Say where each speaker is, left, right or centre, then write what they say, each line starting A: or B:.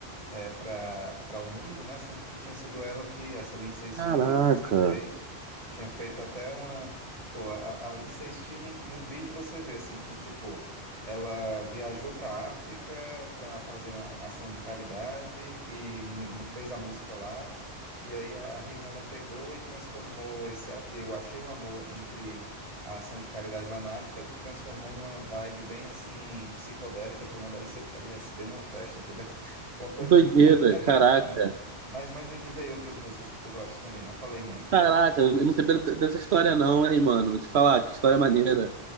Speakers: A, on the right; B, on the right.
A: é, para o mundo, né? Sendo que tinha sido ela que essa Lindsay Stirling
B: Caraca.
A: tinha feito, tinha feito até uma, pô, a, a Lindsay Stirling no vídeo você vê assim que tipo ela viajou para a África para fazer uma ação de caridade e no- fez a música lá. E aí a Rihanna pegou e transformou esse a- Eu Achei o Amor entre a ação de caridade lá na África, transformou numa vibe bem assim psicodélica, tomando LSD numa festa, entendeu? Uma coisa
B: Que Doideira,
A: bem <laughs> diferente.
B: caraca.
A: Mas, mas me diz aí outras músicas que tu gosta também, já falei muito.
B: Caraca, eu não sabia de- dessa história não, hein, mano. Vou te falar, que história maneira.